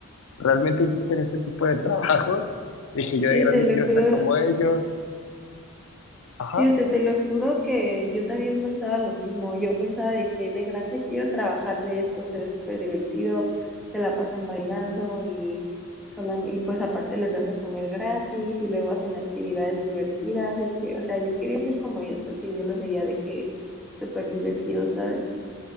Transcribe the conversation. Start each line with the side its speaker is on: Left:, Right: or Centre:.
Left: realmente existen este tipo de trabajos. Dije,
Centre: sí,
Left: yo de grande
Centre: te lo
Left: quiero
Centre: juro.
Left: ser como ellos. Ajá.
Centre: Sí, o sea, te lo juro que yo también pensaba lo mismo. Yo pensaba de que de grande quiero trabajar de esto, se ve súper divertido, se la pasan bailando y, solam- y pues aparte les dan de comer gratis y luego hacen actividades divertidas. Yo quiero, o sea, yo quería ser como ellos porque yo lo veía de que súper divertido, ¿sabes?